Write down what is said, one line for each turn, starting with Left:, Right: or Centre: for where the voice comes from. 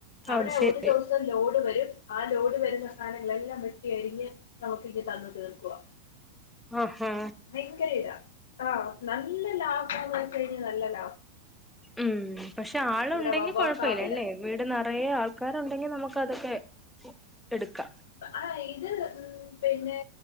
Left: അവിടെ
Centre: അത് ശരി
Left: ഒരു ദിവസം ലോഡ് വരും ആ ലോഡ് വരുന്ന സാധനങ്ങളെല്ലാം അ രിഞ്ഞ് നമുക്കു ഇ ങ്ങു. തന്നു തീർക്കു വ
Centre: ആഹാ
Left: ഭയങ്കര ഇത ആഹ നല്ല ലാഭംന്ന് വച്ച ഇത് നല്ല ലാഫമ
Centre: ഉം പക്ഷെ ആൾ
Left: ഇവിടെ
Centre: ഉണ്ടെങ്കി
Left: വവ്വാക്കാവില്
Centre: കൊഴപ്പമി ല്ല അല്ലേ വീട് നിറയെ ആൾക്കാരുണ്ടെങ്കിൽ നമുക്ക് നമുക്കു അതൊക്കെ എടുക്കാം
Left: ആഹ ഇത് ഉ പിന്നെ